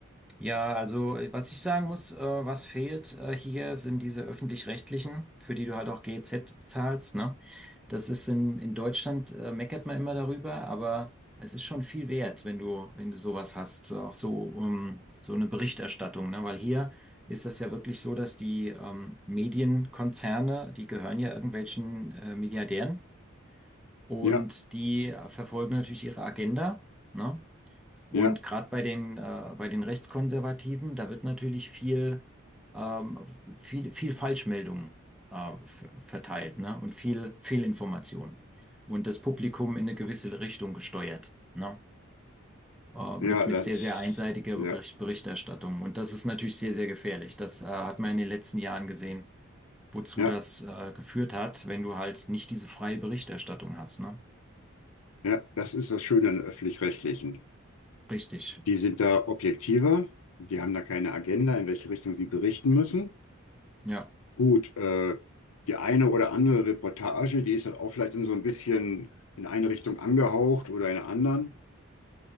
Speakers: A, in the centre; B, on the left.
A: Ja, also äh, was ich sagen muss, äh, was fehlt äh, hier, sind diese öffentlich-rechtlichen, für die du halt auch GEZ zahlst, ne? Das ist in, in Deutschland, äh, meckert man immer darüber, aber es ist schon viel wert, wenn du, wenn du sowas hast, so auch so, um, so eine Berichterstattung, ne? Weil hier ist das ja wirklich so, dass die ähm, Medienkonzerne, die gehören ja irgendwelchen äh, Milliardären und
B: Ja,
A: die äh, verfolgen natürlich ihre Agenda, ne? Und
B: ja,
A: gerade bei den, äh, bei den Rechtskonservativen, da wird natürlich viel, ähm, viel, viel Falschmeldung, äh, ver- verteilt, ne? Und viel Fehlinformation. Und das Publikum in eine gewisse Richtung gesteuert, ne? Äh,
B: ja,
A: mit, mit
B: das,
A: sehr, sehr einseitiger
B: ja,
A: Bericht- Berichterstattung. Und das ist natürlich sehr, sehr gefährlich. Das, äh, hat man in den letzten Jahren gesehen, wozu
B: ja,
A: das, äh, geführt hat, wenn du halt nicht diese freie Berichterstattung hast, ne?
B: ja, das ist das Schöne an öffentlich-rechtlichen.
A: Richtig.
B: Die sind da objektiver, die haben da keine Agenda, in welche Richtung sie berichten müssen.
A: Ja.
B: Gut, äh, die eine oder andere Reportage, die ist halt auch vielleicht in so ein bisschen in eine Richtung angehaucht oder in eine anderen.